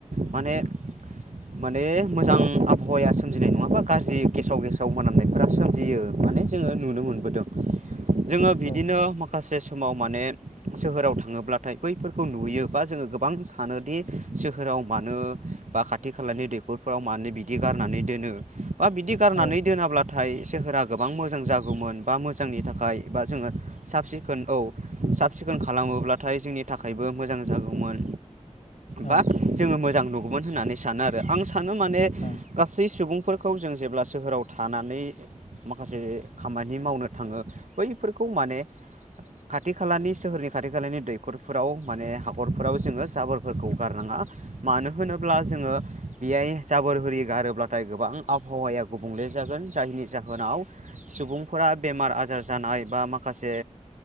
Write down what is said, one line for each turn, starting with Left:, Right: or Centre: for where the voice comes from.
Right: माने माने मोजां आ हौवाया सोमजिनाय नङाबा गाज्रि गेसाव गेसाव मोनामनायफोरा सोमजियो माने जोङो नुनो मोनबोदों।
Left: <inaudible>
Right: जोङो बिदिनो
Left: औ
Right: माखासे समाव माने सोहोराव थाङोब्लाथाय बैफोरखौ नुयो बा जोङो गोबां सानोदि सोहोराव मानो बा खाथि खालानि दैखरफोराव मानो बि बिदि गारनानै दोनो बा बिदि गारनानै
Left: औ
Right: दोनाब्लाथाय सोहोरा गोबां मोजां जागौमोन। बा मोजांनि थाखाय बा जोङो साब सिखोन औ साब सिखोन खालामोब्लाथाय जोंनि थाखायबो मोजां जागौमोन
Left: औ
Right: बा जोङो मोजां नुगौमोन होननानै सानो आरो आं सानो माने
Left: उम
Right: सै सुबुंफोरखौ जों जेब्ला सोहोराव थानानै माखासे खामानि मावनो थाङो बैफोरखौ माने खाथि खालानि सोहोरनि खाथि खालानि दैखरफोराव माने हाखरफोराव जोङो जाबोरफोरखौ गारनाङा। मानो होनोब्ला जोङो बेयाय जाबोर होरि गारोब्लाथाय गोबां आबहावाया गुबुंले जागोन जायनि जाहोनाव सुबुंफोरा बेमार आजार जानाय बा माखासे